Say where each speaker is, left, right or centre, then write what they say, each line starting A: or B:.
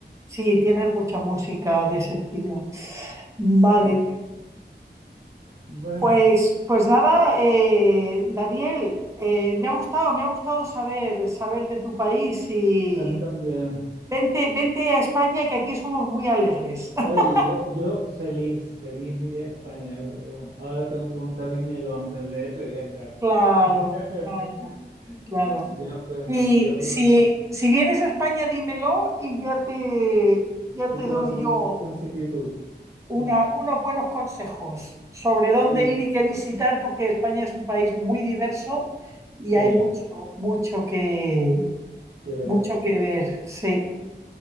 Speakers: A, on the right (about 15°); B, on the right (about 65°).
A: sí, tienen mucha música de ese estilo. Vale,
B: sí. Bueno,
A: pues, pues nada, eh, Daniel, eh, me ha gustado, me ha gustado saber, saber de tu país y
B: a mí también.
A: vente, vente a España que aquí somos muy alegres. <laughs>
B: Oye, yo, yo feliz, feliz me iría a España, pero ahora tengo que juntar dinero antes de, de viajar.
A: Claro,
B: <laughs>
A: claro, claro.
B: Ya pues,
A: Si,
B: ya pues,
A: si,
B: Rosy.
A: si vienes a España, dímelo y ya te, ya
B: Y
A: te
B: tú
A: doy
B: vas a un,
A: yo
B: un city tour.
A: una-
B: Ah,
A: unos buenos consejos sobre dónde
B: sup-
A: ir y qué visitar, porque España es un país muy diverso y
B: sí,
A: hay mucho, mucho que,
B: que ver.
A: mucho que ver. Sí.